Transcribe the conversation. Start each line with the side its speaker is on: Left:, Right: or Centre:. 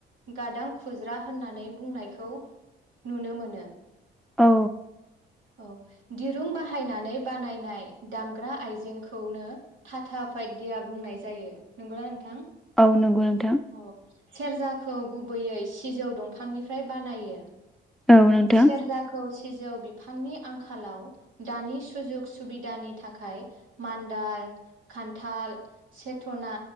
Right: गादां खुज्रा होननानै बुंनायखौ नुनो मोनो।
Centre: औ
Right: औ दिरुं बाहायनानै बानायनाय दामग्रा आइजेंखौनो टाटा पायदिया बुंनाय जायो नंगौना नोंथां?
Centre: औ नोंगौ नों
Right: अह सेरजाखौ गुबैयै सिजौ दंफांनिफ्राय बानायो।
Centre: औ नोंथां।
Right: सेरजाखौ सिजौ बिफांनि आंखालाव दानि सुजुग सुबिदानि थाखाय मान्दाल खान्थाल सेथ'ना